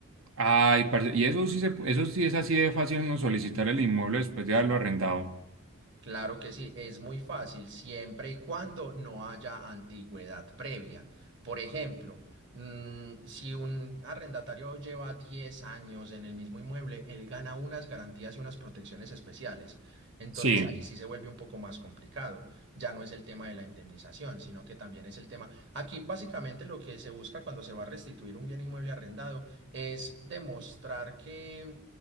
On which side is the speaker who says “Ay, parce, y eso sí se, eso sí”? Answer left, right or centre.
Right